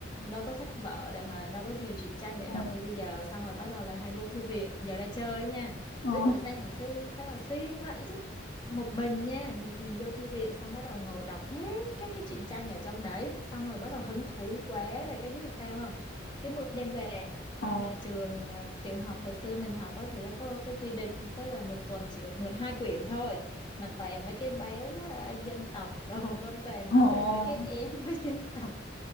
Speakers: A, on the left; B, on the left.
A: đâu có sách vở để mà đâu có nhiều truyện tranh để
B: ờ
A: đọc như bây giờ, xong rồi bắt đầu là hay vô thư viện, giờ ra chơi nha.
B: ờ
A: Không biết hồi sáng hồi xưa sao hồi xiên vậy chứ. Một mình nha, một mình vô thư viện xong bắt đầu ngồi đọc hết các cái truyện tranh ở trong đấy, xong rồi bắt đầu hứng thú quá rồi cái biết sao không? Cái mượn đem về
B: ờ
A: nhưng mà trường à, tiểu học hồi xưa mình học á, thì nó có cái quy định tức là một tuần chỉ được mượn hai quyển thôi mà toàn mấy cái báo à, dân tộc đồ <laughs> không toàn
B: ờ.
A: nói
B: ờ.
A: về mấy cái em với dân tộc